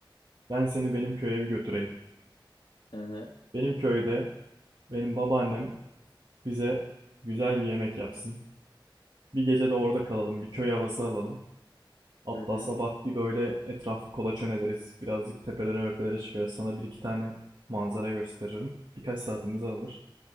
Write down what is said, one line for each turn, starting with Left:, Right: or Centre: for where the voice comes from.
Right: Ben seni benim köye bir götüreyim.
Left: Hı hı.
Right: Benim köyde benim babaannem bize güzel bir yemek yapsın. Bir gece de orada kalalım. Bir köy havası alalım. Hatta
Left: Hı hı.
Right: sabah bir böyle etrafı kolaçan ederiz. Birazcık tepelere möpelere çıkarız. Sana bir iki tane manzara gösteririm. Birkaç saatimizi alır.